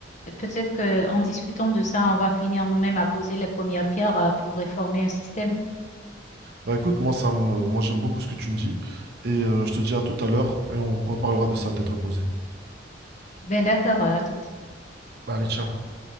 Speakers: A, on the left; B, on the right.
A: Et Peut-être qu'en discutant de ça, on va finir nous-mêmes à poser les premières pierres euh, pour réformer un système.
B: Bah écoute, moi ça me, moi j'aime beaucoup ce que tu me dis. Et euh, je te dis à tout à l'heure et on reparlera de ça à tête reposée.
A: Ben d'accord, euh, à toute.
B: Bah, Allez, ciao.